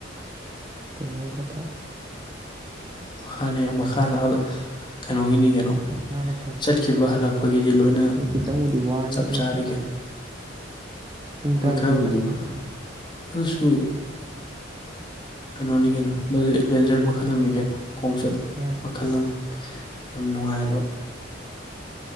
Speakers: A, on the right; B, on the left.
A: ꯀꯩꯅꯣꯝ ꯐꯠꯇ꯭ꯔꯥ
B: ꯃꯈ ꯃꯈꯥ ꯀꯩꯅꯣꯒꯤꯅꯤ ꯀ ꯅꫭ
A: ꯃꯈꯥꯅ ꯐꯠꯇ꯭ꯔꯣ
B: ꯆꯠꯈꯤꯕ
A: ꯑꯗꯨꯗꯤ
B: ꯍꯜꯂꯛꯄꯒꯤꯗꯤ ꯂꯣꯏꯅ
A: ꯈꯤꯇꯪꯕꯨꯗꯤ ꯋꯥꯅꯤ
B: ꯆꯞ
A: ꯑꯗꯨꯏꯁꯨ
B: ꯆꯥꯔꯒꯦ
A: ꯄꯨꯡ
B: ꯍꯣꯏ
A: ꯇꯔꯥꯅꯤꯊꯣꯏ
B: ꯈꯔꯕꯨꯗꯤꯕ
A: ꯈꯛꯇꯅꯤ
B: ꯑꯗꯨꯁꯨ ꯀꯩꯅꯣꯅꯤ ꯀꯩꯅꯣ ꯃꯗꯨ ꯑꯦꯠꯚꯦꯟꯆꯔ ꯃꯈꯜ ꯑꯃꯅꯤ ꯀꯩꯅꯣ ꯈꯣꯡꯆꯠ
A: ꯃꯥꯅꯤ
B: ꯃꯈꯜ ꯑꯃ ꯌꯥꯝ ꯅꯨꯡꯉꯥꯏꯕ